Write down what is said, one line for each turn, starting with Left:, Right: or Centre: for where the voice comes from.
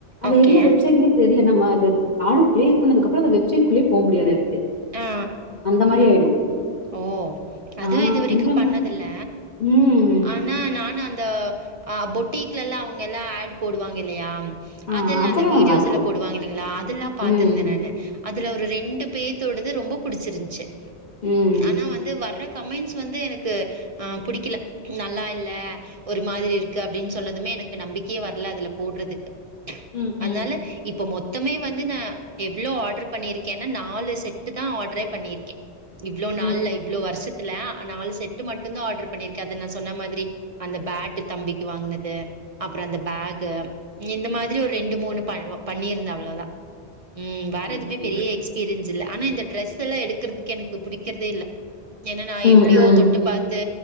Left: அது
Right: ஓகே.
Left: என்ன வெப்சைட்னு தெரில நம்ம அது ஆட் பிளே பண்ணதுக்கப்புறம் அந்த வெப் சிற்குள்ளயே போமுடியாது அடுத்
Right: ஆ.
Left: <unintelligible> அந்த மாரி ஆயிடு
Right: ஓ அது
Left: ஆ
Right: இதுவரைக்கு
Left: அந்த
Right: பண்ணதில்ல
Left: மா ம்.
Right: ஆனா நானு அந் ந்த ஆ பொட்டீக்லல்ல அவங்க எல்லா ஆட் போடுவாங்க இல்லையா
Left: ஆ
Right: அதெல்லா அந்த வீடியோஸ்
Left: நல்லாருக்கு.
Right: எல்லாம் போடுவாங்க இல்லைங்ளா அதெல்லா
Left: ம்,
Right: பாத்திருந்தே நானு அதுல ஒரு ரெண்டு பேத்தோடது ரொம்ப புடிச்சிருந்துச்சு
Left: ம்.
Right: ஆனா வந்து வர்ற கமெண்ட்ஸ் வந்து எனக்கு ஆ புடிக்கல நல்லா இல்ல ஒரு மாதிரி இருக்கு அப்படின் சொன்னதுமே எனக்கு நம்பிக்கையே வரல அதுல போடுறதுக்கு
Left: ம்,
Right: அதனால
Left: ம்,
Right: இப்ப மொத் மொத்தமே வந்து நான் எவ்ளோ ஆர்டர் பண்ணிருக்கேன்னா நாலு செட்டுதா ஆர்டரே பண்ணிருக்கே இவ்ளோ நாள்ல
Left: ம்.
Right: இவ்ளோ வருஷத் த்துல நாலு செட்டு மட்டு்ந்தான் ஆர்டர் பண்ணிருக்கே அது நா சொன்ன மாதிரி அந்த பேட்டு தம்பிக்கு வாங்குனது அப்றோ அந்த பேகு இந்த மாதிரி ஒரு ரெண்டு மூணு ப பண்ணியிருந்தே அவ்ளவுதா உம் வேற
Left: ஓகே.
Right: எதுமே பெரிய எக்ஸ்பீரியன்ஸ் தில்ல ஆனா இந்த டிரெஸ்ஸெல்லா எடுக்குறதுக் க்கு எனக்கு பிடிக்கறதே இல்ல என்னனா
Left: ம்,
Right: எப்டியோ
Left: ம்,
Right: தொட்டு பாத்து